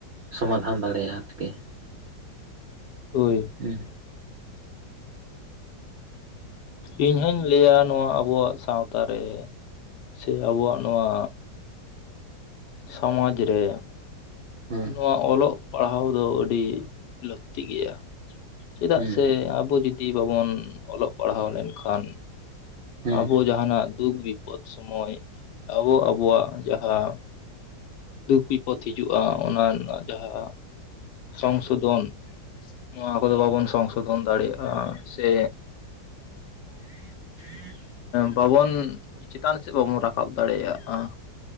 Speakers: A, on the right; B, on the left.
A: ᱥᱚᱢᱟᱫᱷᱟᱱ ᱫᱟᱲᱮᱭᱟᱜᱼᱟ, ᱟᱨᱠᱤ <inaudible>
B: ᱦᱳᱭ
A: ᱦᱮᱸᱼᱼ
B: ᱤᱧ ᱦᱚᱧ ᱞᱟᱹᱭᱟ ᱱᱚᱣᱟ ᱟᱵᱚᱣᱟᱜ ᱥᱟᱶᱛᱟ ᱨᱮ ᱥᱮ ᱟᱵᱚᱣᱟᱜ ᱱᱚᱣᱟᱼᱼ ᱥᱚᱢᱟᱡᱽ ᱨᱮ
A: ᱦᱩᱸ
B: ᱱᱚᱣᱟ ᱚᱞᱚᱜᱼᱼ ᱯᱟᱲᱦᱟᱣ ᱫᱚ ᱟᱹᱰᱤ ᱞᱟᱹᱠᱛᱤ ᱜᱮᱭᱟ᱾ ᱪᱮᱫᱟᱜ
A: ᱦᱩᱸ
B: ᱥᱮ ᱟᱵᱚ ᱡᱩᱫᱤ ᱵᱟᱵᱚᱱ ᱚᱞᱚᱜ ᱯᱟᱲᱦᱟᱣ ᱞᱮᱱ ᱠᱷᱟᱱᱼᱼ
A: ᱦᱩᱸ
B: ᱟᱵᱚ ᱡᱟᱦᱟ ᱱᱟᱜ ᱫᱩᱠ ᱵᱤᱯᱚᱫᱽ ᱥᱚᱢᱚᱭ ᱟᱵᱚ ᱟᱵᱚᱣᱟᱜ ᱡᱟᱦᱟᱸᱼᱼ ᱫᱩᱠ ᱵᱤᱯᱚᱫᱽ ᱦᱤᱡᱩᱜᱼᱟ ᱚᱱᱟ ᱨᱮᱱᱟᱜ ᱡᱟᱦᱟᱸ ᱥᱚᱝᱥᱳ ᱫᱷᱚᱱ ᱱᱚᱣᱟᱼᱼ ᱟᱵᱚ ᱵᱟᱵᱚᱱ ᱥᱚᱝ ᱥᱳᱷᱚᱱ ᱫᱟᱲᱮᱭᱟᱜᱼᱟ ᱥᱮᱼᱼ
A: <unintelligible>
B: ᱵᱟᱵᱚᱱ ᱪᱮᱛᱟᱱ ᱥᱮᱫ ᱵᱟᱵᱚᱱ ᱨᱟᱠᱟᱵ ᱫᱟᱲᱮᱭᱟᱜᱼᱟ᱾